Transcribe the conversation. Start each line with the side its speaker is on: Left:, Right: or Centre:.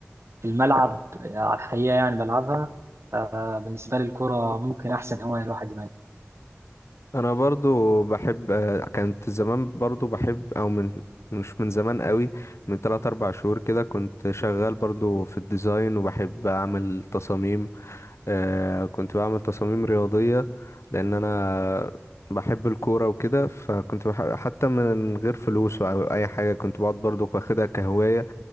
Right: في الملعب آه، على الحقيقه يعني بلعبها فبالنسبه لي الكوره ممكن احسن هوايه الواحد يمارسها
Left: انا برضو بحب آه، كانت زمان برضو بحب او من مش من زمان قوي من 3 4 شهور كده كنت شغال برضو في الديزاين وبحب اعمل تصاميم آه كنت بعمل تصاميم رياضية لان انا بحب الكورة وكده فكنت بحب حتى من غير فلوس او اي حاجة كنت بقعد برضو واخدها كهواية